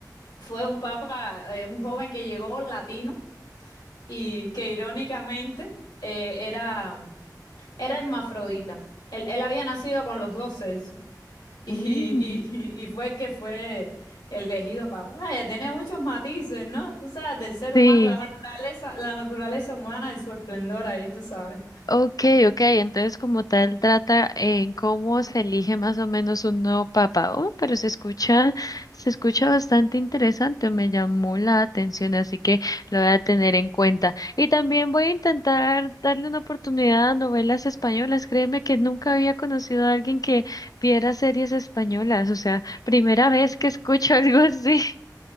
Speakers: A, on the left; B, on the left.
A: fue un papa, eh, un joven que llegó latino y que irónicamente eh, era, era hermafrodita. Él, él había nacido con los dos sexos. Y,
B: Mm,
A: y, <laughs> y fue que fue elegido papa. Vaya, tiene muchos matices, ¿no? Tú sabes, del ser
B: Sí,
A: humano, la naturaleza, la naturaleza humana en su esplendor ahí, tú sabes.
B: ok, ok. Entonces, como tal, trata en cómo se elige más o menos un nuevo papa. Oh, pero se escucha, se escucha bastante interesante, me llamó la atención, así que lo voy a tener en cuenta. Y también voy a intentar darle una oportunidad a novelas españolas. Créeme que nunca había conocido a alguien que viera series españolas, o sea, primera vez que escucho <laughs> algo así.